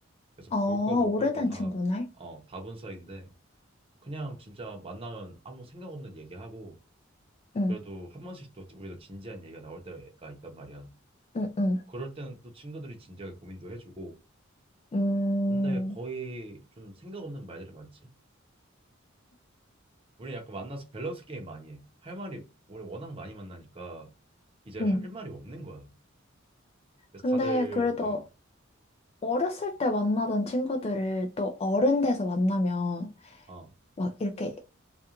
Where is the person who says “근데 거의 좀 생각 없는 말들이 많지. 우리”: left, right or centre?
Right